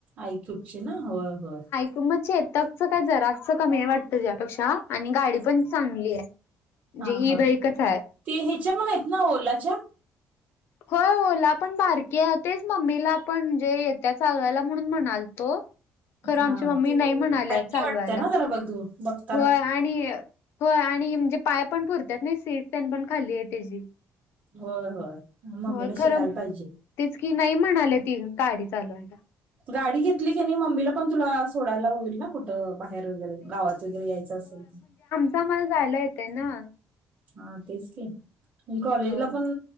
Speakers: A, on the right (about 35°); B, on the left (about 65°).
A: ऐकूपचे ना होय होय
B: कु मग ेतकच काय जराचं कमी आहे वाटत ज यापेक्षा आणि गाडी पण चांगली आहे म्हणजे
A: हा हा
B: ई बाईकच आहे.
A: ते ह्याच्या मण आहेत ना ओलाच्या
B: होय ओला पण बारकीे आहे तेच मम्मीला आपण म्हणजे येत्या चालवायला म्हणून म्हणाल तो खरं
A: हा
B: आमची मम्मी
A: ते
B: नाही म्हणाल्या
A: हलकी
B: चालवायला
A: वाटते ना बघ ब
B: होय आणि होय आणि म्हणजे पाय पण पुरतात नाही सीट पन पण खाली आहे त्याची
A: होय होय मम्मीला
B: होय खरं
A: शिकायला पाहिजे
B: तेच की नाही म्हणाले ती गाडी चालवून
A: गाडी घेतली की नाही मम्मीला पण तुला सोडायला होईल ना कुठे बाहेर वगैरे गावात वगैरे यायचं असेल तर
B: मला जायला येते ना
A: हा तेच की म कॉलेजला
B: हो
A: पण